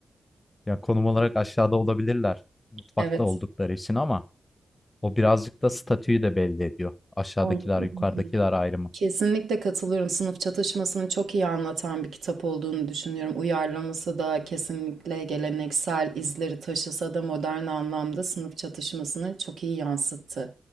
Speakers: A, on the left (about 25°); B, on the right (about 85°).
A: Ya konum olarak aşağıda olabilirler. Mutfakta
B: Evet.
A: oldukları için ama o birazcık da statüyü de belli ediyor. Aşağıdakiler,
B: O- <laughs>
A: yukarıdakiler ayrımı.
B: Kesinlikle katılıyorum. Sınıf çatışmasını çok iyi anlatan bir kitap olduğunu düşünüyorum. Uyarlaması da kesinlikle geleneksel izleri taşısa da modern anlamda sınıf çatışmasını çok iyi yansıttı.